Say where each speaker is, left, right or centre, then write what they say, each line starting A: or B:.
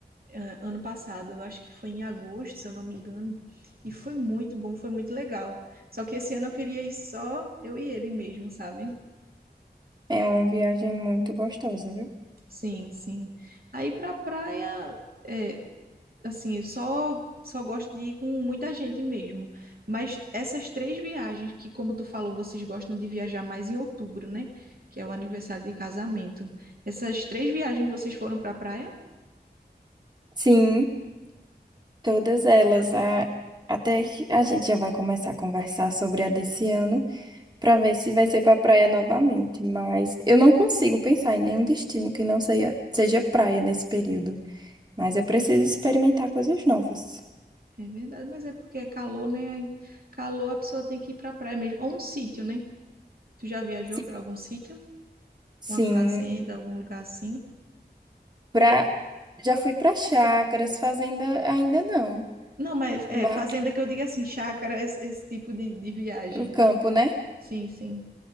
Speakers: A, on the right; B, on the right.
A: eh, ano passado, eu acho que foi em agosto, se eu não me engano, e foi muito bom, foi muito legal. Só que esse ano eu queria ir só eu e ele mesmo, sabe?
B: é uma viagem muito gostosa, viu?
A: Sim, sim. Aí pra praia, eh, assim, eu só, só gosto de ir com muita gente mesmo. Mas essas três viagens, que como tu falou, vocês gostam de viajar mais em outubro, né? Que é o aniversário de casamento. Essas três viagens vocês foram pra praia?
B: Sim, todas elas. A- até que a gente já vai começar a conversar sobre a desse ano. Pra ver se vai ser pra praia novamente, mas eu não consigo pensar em nenhum destino que não seja, seja praia nesse período. Mas eu preciso experimentar coisas novas.
A: É verdade, mas é porque é calor, né? Aí, calor a pessoa tem que ir pra praia mesmo. Ou um sítio, né? Tu já viajou
B: Sim.
A: pra algum sítio?
B: Sim,
A: Uma fazenda, algum lugar assim?
B: pra... já fui pra chácaras, fazenda ainda não.
A: Não, mas é
B: Ma-
A: fazenda que eu digo assim, chácara, esse, esse tipo de, de viagem.
B: O campo, né?
A: Sim, sim.